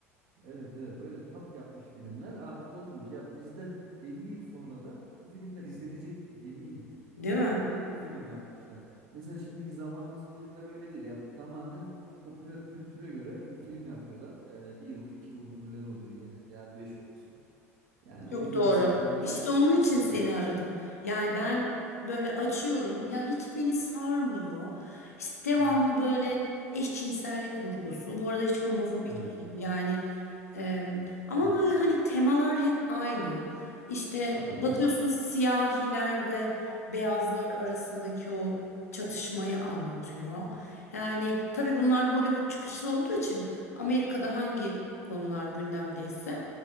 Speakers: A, on the right; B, on the left.
A: Evet evet böyle tap yapmış filmler artık oturmuş. Ya bizden 50 yıl sonra da bu filmler izlenecektir eminim.
B: değil
A: Ya mesela
B: mi?
A: öyle bir film yapmışlar. Mesela şimdiki zamanımızın filmler öyle değil ya. Tamamen popüler kültüre göre bir film yapıyorlar. Ee, bir yıllık iki yıllık ömürleri oluyor genelde. Hadi beş olsun. Yani o
B: Çok
A: yüzden
B: doğru.
A: eski filmlere
B: İşte onun için
A: seviyorum.
B: seni aradım. Yani ben böyle açıyorum ya hiç beni sarmıyor. İşte devamlı
A: Hı hı.
B: böyle eşcinsellik vurgusu. Bu arada hiç homofobik
A: Evet.
B: değilim. Yani e, ama
A: Hı.
B: böyle hani temalar hep aynı. İşte
A: Katılıyorum.
B: bakıyorsun siyahiler ve beyazlar arasındaki o çatışmayı anlatıyor. Yani tabii bunlar Hollywood çıkışlı olduğu için Amerika'da hangi konular gündemdeyse